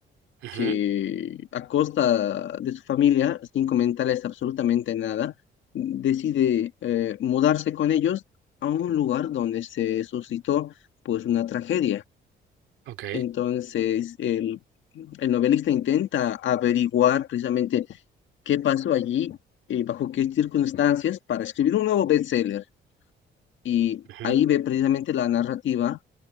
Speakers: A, on the right; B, on the left.
A: ujú,
B: que a costa de su familia, sin comentarles absolutamente nada, decide eh, mudarse con ellos a un lugar donde se suscitó pues una tragedia.
A: Ok,
B: Entonces, el, el novelista intenta averiguar precisamente qué pasó allí, eh, bajo qué circunstancias, para escribir un nuevo bestseller. Y
A: ujú,
B: ahí ve precisamente la narrativa